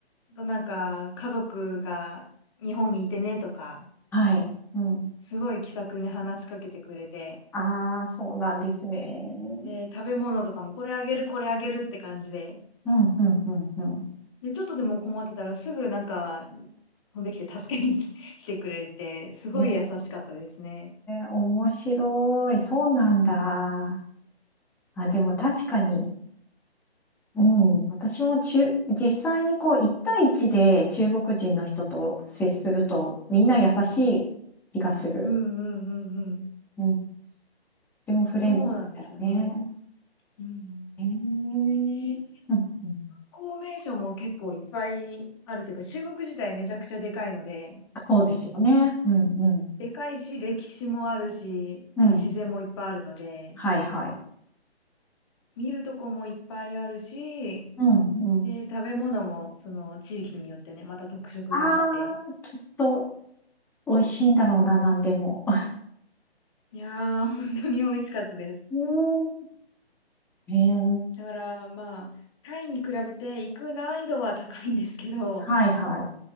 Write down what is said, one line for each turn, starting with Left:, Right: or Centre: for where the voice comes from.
Left: あとなんか、家族が日本にいてねとか、
Centre: はい。うん。
Left: すごい気さくに話しかけてくれて、
Centre: ああ、そうなんですね。
Left: で、食べ物とかもこれあげる、これあげるって感じで、
Centre: うん、うん、うん、うん。
Left: で、ちょっとでも困ってたらすぐなんか飛んできて助けに <laughs> 来てくれて、すごい優しかったですね。
Centre: へえ、面白い。そうなんだ。あ、でも確かに。うん。私も中、実際にこう、一対一で中国人の人と接すると、みんな優しい気がする。
Left: うんうんうんうん。
Centre: うん。とてもフレンドリーだよね。
Left: そうなんですよね。うんうん。
Centre: へえ。うん、
Left: で、
Centre: うん。
Left: 観光名所も結構いっぱいあるというか、中国自体めちゃくちゃでかいので、
Centre: そうですよね。うん、うん。
Left: でかいし、歴史もあるし、
Centre: うん。
Left: まあ自然もいっぱいあるので、
Centre: はいはい。
Left: 見るとこもいっぱいあるし、
Centre: うんうん。
Left: で、食べ物もその地域によってね、また特色があって、
Centre: ああ、きっと美味しいんだろうな、なんでも。<laughs>
Left: いやー、本当に美味しかったです。
Centre: うーん。へえ、
Left: だからまあ、タイに比べて行く難易度は高いんですけど、
Centre: はいはい。